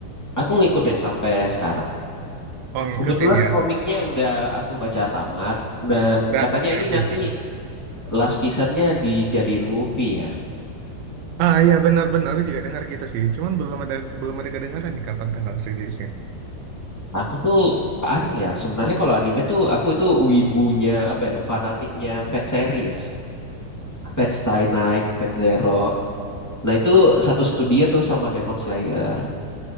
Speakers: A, on the left; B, on the right.
A: aku ngikutin sampai sekarang.
B: oh ngikutin
A: Kebetulan
B: ya
A: komiknya udah aku baca tamat dan
B: dah
A: katanya
B: sampai
A: ini
B: habis
A: nanti
B: ya.
A: last seasonnya dijadiin movie ya.
B: Ah iya benar-benar aku juga dengar gitu sih. Cuman belum ada belum ada kedengaran nih kapan tanggal rilisnya.
A: Aku tuh anu ya sebenarnya kalau anime tuh aku itu wibunya apa ya fanatiknya Fat series. Fate Stay Night, Fate Zero. Nah itu satu studio tuh sama Demon Slayer.